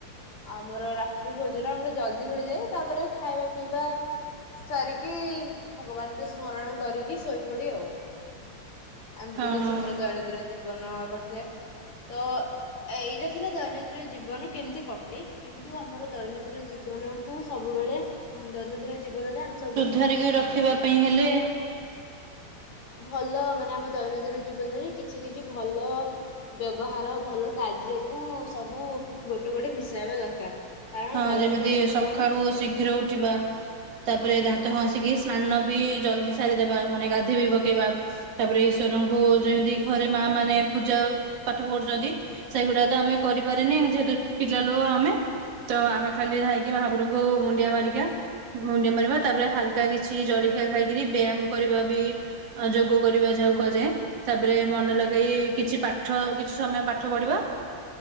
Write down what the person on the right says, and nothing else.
ହଁ
ସୁଧାରିକି ରଖିବା ପାଇଁ ହେଲେ
ହଁ
ଯେମିତି
ସକାଳୁ ଶୀଘ୍ର ଉଠିବା ତାପରେ
ଦାନ୍ତ ଘସ ଏତିକିସ୍ ସ୍ନାନ ବି ଜଲଦି ସାରିଦବା ମାନେ ଗାଧୋଇ ବି ପକେଇବା ତାପରେ ଈଶ୍ୱରଙ୍କୁ
ଯେମିତି ଘରେ ମା ମାନେ ପୂଜା ପାଠ ପଢୁଚନ୍ତି। ସେଇଗୁଡା ତ ଆମେ କରିପାରିନି ଯେହେତୁ ପିଲା ଲୋକ ଆମେ। ତ ଆମେ ଖାଲି ଯାଇକି ମହା ପ୍ରଭୁଙ୍କୁ ମୁଣ୍ଡିଆ ମାରିକା। ମୁଣ୍ଡିଆ ମାରିବା ତାପରେ ହାଲକା କିଛି ଜଳଖିଆ ଖାଇକିରି ବ୍ୟାୟାମ୍ କରିବା ବି ଅ ଯୋଗ କରିବା ଯାହାକୁ କୁହାଯାଏ। ତାପରେ ମନେ ଲଗେଇ କିଛି ପାଠ କିଛି ସମୟ ପାଠ ପଢିବା।